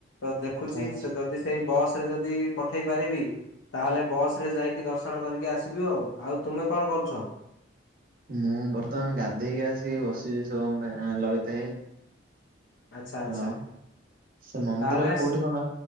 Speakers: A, on the left; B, on the right.
A: ତ ଦେଖୁଛି
B: ଆଚ୍ଛା।
A: ସେ ଯ ଯଦି ସେଇ ବସ ରେ ଯଦି ପଠେଇ ପାରିବି। ତାହେଲେ ବସ୍ ଯାଇକି ଦର୍ଶନ କରିକି ଆସିବୁ ଆଉ। ଆଉ ତୁମେ କଣ କରୁଛ?
B: ମୁଁ ବର୍ତ୍ତମାନ ଗାଧେଇକି ଆସିକି ବସିଛି ଶୁଭମ୍ ଭାଇ ଲଳିତ ଭାଇ।
A: ଆଚ୍ଛା ଆଚ୍ଛା।
B: ଆଉ ସେ ମନ୍ଦିର
A: ତାହେଲେ
B: କୋଉଠି କଣ